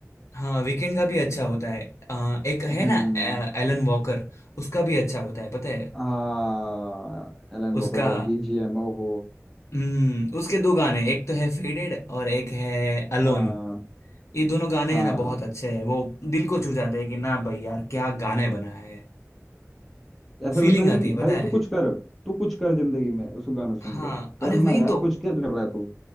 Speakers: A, on the left; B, in the centre.
A: हाँ वीकेंड का भी अच्छा होता है अ, एक
B: हम्म
A: है ना अ, एलन वॉकर उसका भी अच्छा होता है पता है
B: हाँ एलन वॉकर
A: उसका
B: का बीजीएम हो
A: हम्म उसके दो गाने एक तो है फेडेड और एक है अलोन
B: हाँ
A: ये दोनों गाने
B: हाँ
A: हैं ना बहुत अच्छे हैं वो दिल को छू जाते हैं कि ना भाई यार क्या गाने बनाया है
B: ऐसा
A: फीलिंग
B: लगता है
A: आती
B: कि
A: है पता
B: भाई
A: है
B: तू कुछ कर तू कुछ कर जिंदगी में उसको गाना सुन
A: हाँ
B: के करना
A: अरे वही
B: यार
A: तो
B: कुछ क्या कर रहा है तू